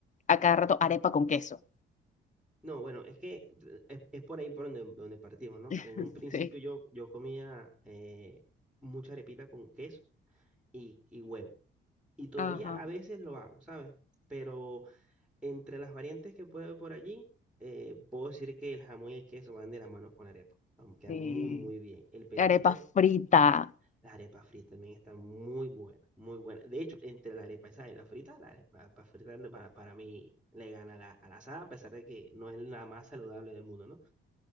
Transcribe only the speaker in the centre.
No, bueno, es que re- es, es por ahí por donde, donde partimos, ¿no?
En un principio
yo, yo comía eh, mucha arepita con queso y, y huevo. Y todavía
a veces lo hago, ¿sabes? Pero entre las variantes que puedo ver por allí, eh, puedo decir que el jamón y el queso van de la mano con la arepa. Aunque queda
muy, muy bien. El periquito,
la arepa frita también está muy buena, muy buena. De hecho, entre la arepa esa y la frita, la arepa frita para, para mí le gana a la, a la asada, a pesar de que no es la más saludable del mundo, ¿no?